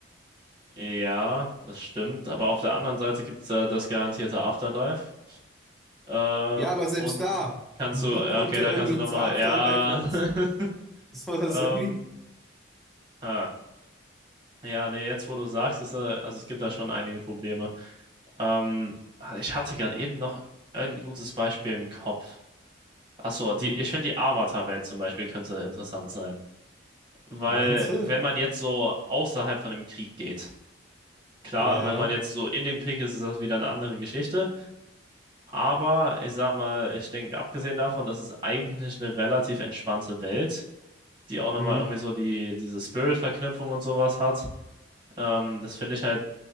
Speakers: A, on the right; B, in the centre.
A: Ja, das stimmt. Aber auf der anderen Seite gibt es da das garantierte Afterlife. Äh,
B: Ja, aber selbst
A: und
B: da,
A: kannst
B: Bu
A: du, ja,
B: konnte
A: okay, da
B: irgendwie
A: kannst du
B: ins
A: nochmal,
B: Afterlife
A: ja.
B: und
A: <laughs>
B: <laughs> so das
A: Ähm,
B: irgendwie.
A: Ah, ja, nee, jetzt wo du sagst, ist, äh, also es gibt da schon einige Probleme. Ähm, also ich hatte gerade eben noch ein gutes Beispiel im Kopf. Achso, die,
B: Hm.
A: ich finde die Avatar-Welt zum Beispiel könnte interessant sein. Weil
B: Meinst du?
A: wenn man jetzt so außerhalb von dem Krieg geht, klar,
B: Ja.
A: wenn man jetzt so in dem Krieg ist, ist das wieder eine andere Geschichte. Aber ich sag mal, ich denke, abgesehen davon, das ist eigentlich eine relativ entspannte Welt, die auch nochmal
B: Hm.
A: irgendwie so die, diese Spirit-Verknüpfung und sowas hat. Ähm, das finde ich halt